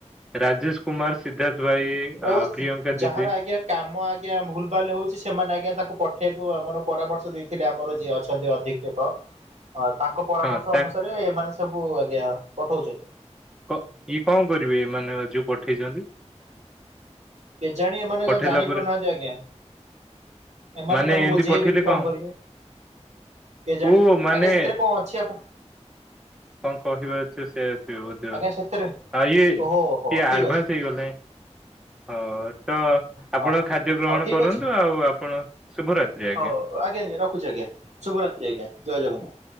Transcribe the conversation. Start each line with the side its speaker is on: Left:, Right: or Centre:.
Centre: ରାଜେଶ କୁମାର ସିଦ୍ଧାର୍ଥ ଭାଇ ଆ
Right: ଓ ଅଚି
Centre: ପ୍ରିୟଙ୍କା
Right: ଯାହାର
Centre: ଦିଦି
Right: ଆଜ୍ଞା କାମ ଆଜ୍ଞା ଭୁଲ ଭାଲ ହଉଚି ସେମାନେ ଆଜ୍ଞା ତାଙ୍କୁ ପଠାଇବାକୁ ଆମର ପରାମର୍ଶ ଦେଇଥିଲେ ଆମର ଯିଏ ଅଛନ୍ତି ଅଧିକ୍ଷକ। ଅ ତାଙ୍କ ପରାମର୍ଶ
Centre: ହଁ ତାଙ୍କ
Right: ଅନୁସାରେ ଏମାନେ ସବୁ ଆଜ୍ଞା ପଠଉଚନ୍ତି।
Centre: କ କିଏ କଁ କରିବେ ମାନେ ଯଉଁ ପଠେଇଚନ୍ତି?
Right: କେଜାଣି ଏମାନେ ସବୁ
Centre: ପଠେଇଲା
Right: ଜାଣି
Centre: ପରେ
Right: ପାରୁନାହାନ୍ତି ଆଜ୍ଞା। ଏମାନେ
Centre: ମାନେ
Right: ତାଙ୍କୁ
Centre: ଏମିତି
Right: ବୁଝେଇବେ
Centre: ପଠେଇଲେ
Right: କି କଁ
Centre: କଣ
Right: କରିବେ? କେଜାଣି
Centre: ଓ ମାନେ
Right: ଆଜ୍ଞା ସେଥିରେ କଁ ଅଛି ଆପ
Centre: କଁ କହିବ ଏଥିରେ ସେ? ଇଏ ବୋଧେ
Right: ଆଜ୍ଞା
Centre: ଆଉ
Right: ସେଥିରେ
Centre: ଆ ଇଏ
Right: ଓହୋ
Centre: କିଏ
Right: ହୋ ଠିକ
Centre: ଆଡଭାନ୍ସ
Right: ଅଛି
Centre: ହେଇଗଲେ। ହଉ ହଉ ତ
Right: ହଁ
Centre: ଆପଣ ଖାଦ୍ୟ ଗ୍ରହଣ
Right: ହଉ ଠିକ
Centre: କରନ୍ତୁ
Right: ଅଛି
Centre: ଆଉ ଆପଣ ଶୁଭରାତ୍ରି ଆଜ୍ଞା।
Right: ହଉ ହଉ ଆଜ୍ଞା ଆଜ୍ଞା ରଖୁଛି ଆଜ୍ଞା ଶୁଭରାତ୍ରି ଆଜ୍ଞା ଜୟ ଜଗନ୍ନାଥ।